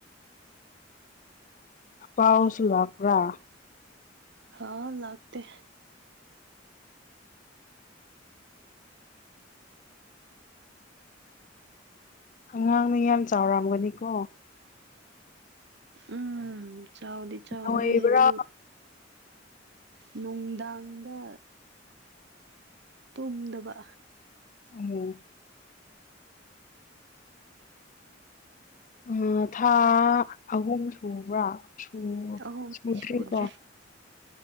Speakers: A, on the left; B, on the right.
A: ꯑꯄꯥꯥꯎ ꯁꯨ ꯂꯥꯛꯄ꯭ꯔꯥ
B: ꯍꯥꯥ ꯂꯥꯛꯇꯦ
A: ꯑꯉꯥꯡꯅ ꯌꯥꯝ ꯆꯥꯎꯔꯝꯒꯅꯤꯀꯣ
B: ꯎꯝ ꯆꯥꯎꯗꯤ ꯆꯥꯎꯔꯦ
A: ꯅꯣꯏꯕ꯭ꯔꯥ
B: ꯑꯗꯨ ꯅꯨꯡꯗꯥꯡꯗ ꯇꯨꯝꯗꯕ
A: ꯎꯝ ꯑ ꯊꯥ ꯑꯍꯨꯝ ꯁꯨꯕ꯭ꯔꯥ ꯁꯨ
B: ꯑꯍꯨꯝꯗꯤ
A: ꯁꯨꯗ꯭ꯔꯤꯀꯣ
B: ꯁꯨꯗ꯭ꯔꯦ